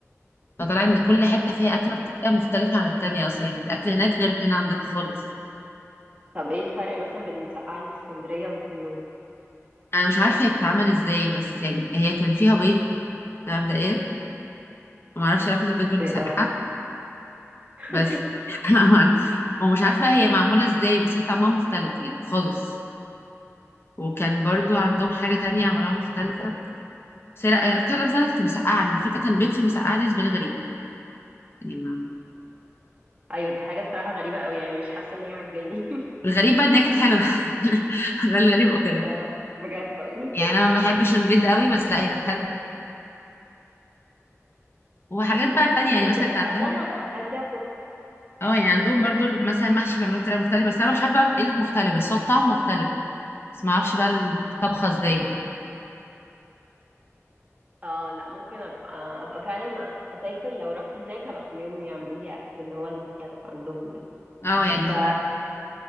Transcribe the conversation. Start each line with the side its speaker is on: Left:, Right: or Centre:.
Left: فطلع ان كل حته فيها اكله بطريقه مختلفه عن التانيه اصلا يعني الاكل هناك غير هنا عندنا خالص
Right: طب إيه الفرق مثلا بين المسقعة اللي في اسكندرية واللي في النوبة
Left: انا مش عارفه هي بتتعمل ازاي بس يعني هي كان فيها بيض مبدئيا ما اعرفش علاقه البيض بالمسقعه
Right: اه <laughs>
Left: بس <laughs> ومش عارفه هي معموله ازاي بس هي طعمها مختلف يعني خالص وكان برضو عندهم حاجة تانية عملوها مختلفة سرق اكتر لفظة أنا كنت مسقعة إن في كانت بيت في المسقعة دي بالنسبة لي غريب يعني ما...
Right: أيوة دي حاجة الصراحة غريبة أوي يعني مش حاسة إن هي عجباني
Left: الغريب بقى إن هي كانت حلوة <laughs> ده الغريب
Right: <laughs>
Left: أكتر
Right: آه، بجد والله
Left: يعني أنا ما بحبش البيض قوي بس لا هي كانت حلوة وحاجات بقى
Right: <laughs>
Left: تانية
Right: ممكن
Left: يعني مثلا
Right: أبقى
Left: كان عندهم
Right: أجربها بدي
Left: اه يعني عندهم برضو مثلا المحشي بيعملوه بطريقة مختلفة بس أنا مش عارفة بقى إيه المختلف بس هو الطعم مختلف بس ما أعرفش بقى الطبخة إزاي
Right: اه لا ممكن ابقى ابقى فعلا اسافر لو رحت هناك هبقى اخليهم يعملوا لي اكل اللي هو المختلف عندهم ده
Left: اه يعني
Right: ب...
Left: احنا